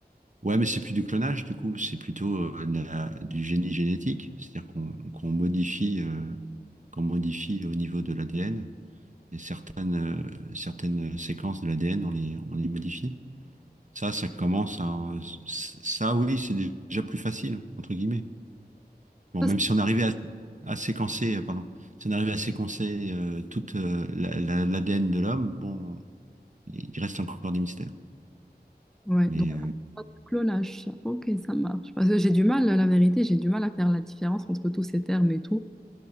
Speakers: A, on the right; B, in the centre.
A: Ouais, mais c'est plus du clonage, du coup, c'est plutôt euh, de la- du génie génétique, c'est-à-dire qu'on qu'on modifie, euh, qu'on modifie au niveau de l'ADN, et certaines, euh, certaines séquences de l'ADN, on les, on les modifie. Ça, ça commence à... c- Ça, oui, c'est déjà plus facile, entre guillemets. Bon,
B: ça,
A: même
B: c'est-
A: si on arrivait à, à séquencer, euh, pardon, si on arrivait à séquencer euh, toute euh, la- la- l'ADN de l'homme, bon, il il reste encore des mystères.
B: ouais,
A: Mais
B: donc
A: euh,
B: pas du clonage, ça. ok, ça marche. Parce que j'ai du mal, la vérité, j'ai du mal à faire la différence entre tous ces termes et tout.